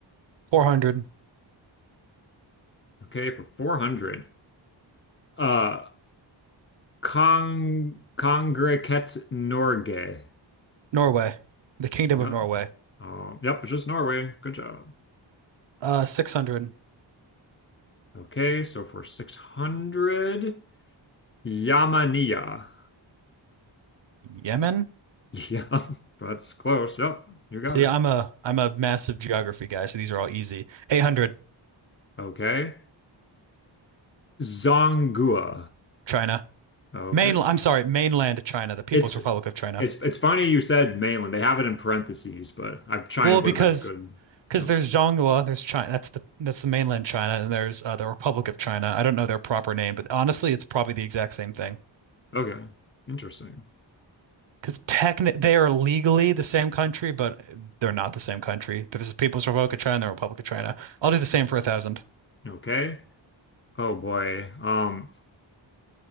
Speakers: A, on the right; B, on the left.
A: 400.
B: Okay, for 400. Uh, Kong Kongregate Norge.
A: Norway, the Kingdom
B: Yep.
A: of Norway.
B: Um, yep, it's just Norway. Good job.
A: Uh, 600.
B: Okay, so for 600, Yamania.
A: Yemen?
B: Yeah, <laughs> that's close. Yep, you got
A: See,
B: it.
A: I'm a I'm a massive geography guy, so these are all easy. 800,
B: Okay. Zongua.
A: China.
B: Okay.
A: Main, I'm sorry, mainland China, the People's
B: It's
A: Republic of China.
B: it's it's funny you said mainland. They have it in parentheses, but I China
A: Well,
B: would
A: because
B: have been good.
A: because
B: No.
A: there's Zhonghua, there's China, that's the that's the mainland China, and there's uh, the Republic of China. I don't know their proper name, but honestly, it's probably the exact same thing.
B: Okay. Interesting.
A: Because technically, they are legally the same country, but they're not the same country. There's the People's Republic of China and the Republic of China. I'll do the same for a thousand.
B: Okay. Oh boy. Um,